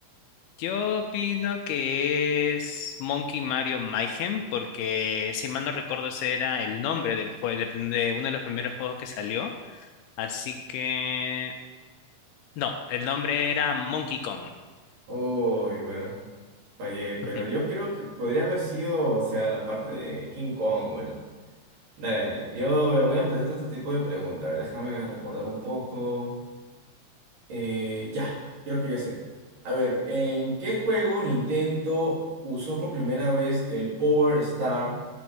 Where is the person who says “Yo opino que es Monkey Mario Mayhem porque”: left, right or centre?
Left